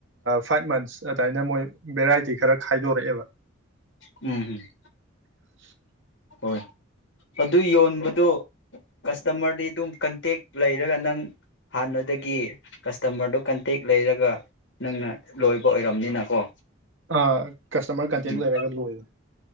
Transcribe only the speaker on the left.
ꯎꯝ ꯎꯝ
ꯍꯣꯏ ꯑꯗꯨ ꯌꯣꯟꯕꯗꯨ ꯀꯁꯇꯃꯔꯗꯤ ꯑꯗꯨꯝ ꯀꯟꯇꯦꯛ ꯂꯩꯔꯒ ꯅꯪ ꯍꯥꯟꯅꯗꯒꯤ ꯀꯁꯇꯃꯔꯗꯨꯣ ꯀꯟꯇꯦꯛ ꯂꯩꯔꯒ ꯅꯪꯅ ꯂꯣꯏꯕ ꯑꯣꯏꯔꯝꯅꯤꯅꯀꯣ
ꯎꯝ